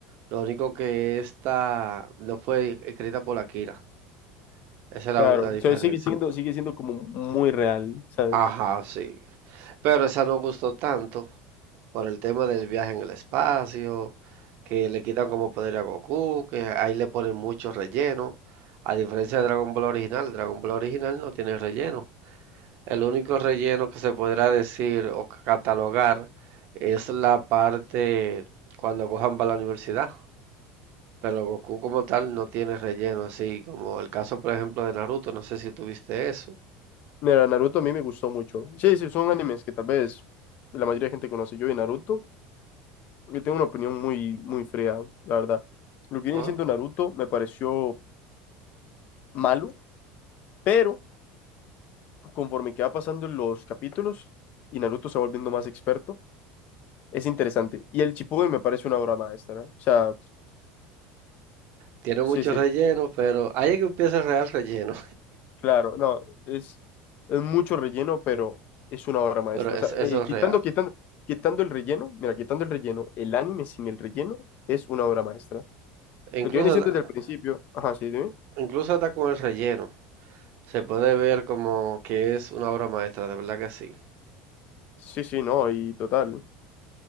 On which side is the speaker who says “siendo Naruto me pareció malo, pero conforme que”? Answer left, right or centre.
Left